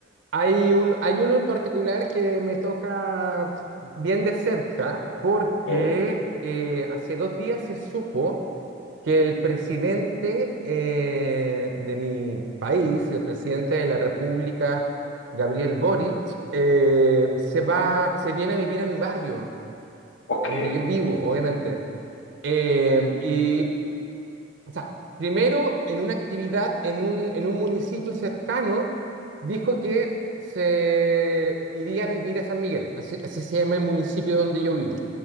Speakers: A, on the right; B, on the left.
A: hay un, hay uno en particular que me toca bien de cerca porque
B: ¿Eh?
A: eh, hace dos días se supo que el presidente eh, de mi país, el presidente de la República, Gabriel Boric, eh, se va,
B: ¿No?
A: se viene a vivir a mi barrio,
B: Ok,
A: donde yo vivo, obviamente. Eh, y O sea, primero en una actividad en un, en un municipio cercano, dijo que se iría a vivir a San Miguel, así, así se llama el municipio donde yo vivo.